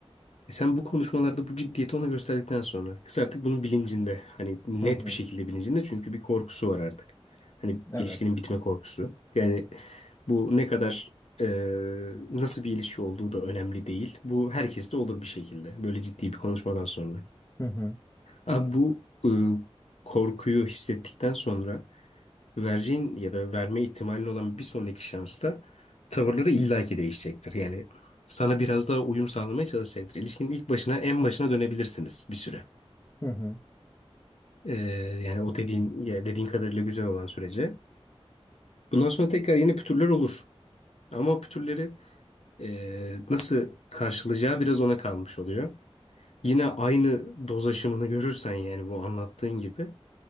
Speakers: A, on the left; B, on the left.
A: E sen bu konuşmalarda bu ciddiyeti ona gösterdikten sonra kız artık bunun bilincinde. Hani net
B: Hı hı,
A: bir şekilde bilincinde çünkü bir korkusu var artık. Hani
B: evet.
A: ilişkinin bitme korkusu. Yani bu ne kadar e, nasıl bir ilişki olduğu da önemli değil. Bu herkeste olur bir şekilde. Böyle ciddi bir konuşmadan sonra.
B: Hı hı,
A: Abi bu e, korkuyu hissettikten sonra vereceğin ya da verme ihtimalin olan bir sonraki şansta tavırları illaki değişecektir. Yani sana biraz daha uyum sağlamaya çalışacaktır. İlişkinin ilk başına en başına dönebilirsiniz bir süre.
B: hı hı.
A: Ee, yani o dediğin ya dediğin kadarıyla güzel olan sürece. Bundan sonra tekrar yeni pütürler olur. Ama o pütürleri e, nasıl karşılayacağı biraz ona kalmış oluyor. Yine aynı doz aşımını görürsen yani bu anlattığın gibi